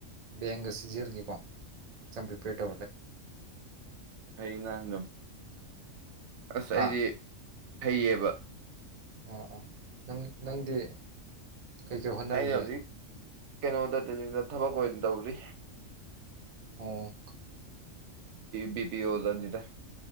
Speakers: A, on the right; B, on the right.
A: ꯕꯦꯡꯒ ꯁꯤꯖꯤꯜꯏꯒꯤꯀꯣ ꯑꯦꯛꯖꯝ ꯄꯔ꯭ꯤꯄꯦꯔ
B: ꯑ ꯅꯍꯪ ꯑꯗꯨꯝ ꯑꯁ
A: ꯍꯥ
B: ꯑꯩꯗꯤ ꯐꯩꯌꯦꯕ
A: ꯑ ꯑ ꯅꯪ ꯅꯪꯗꯤ ꯀꯩꯀꯩ ꯍꯣꯠꯅꯔꯤꯒꯦ
B: ꯑꯩꯩꯅꯕ ꯀꯩꯅꯣ ꯑꯣꯗ ꯗꯜꯂꯤꯡꯗ ꯊꯕꯛ ꯑꯣꯏꯅ ꯇꯧꯔꯤ
A: ꯑꯣꯝ
B: ꯕꯤ ꯄꯤ ꯑꯣꯖꯅꯤꯗ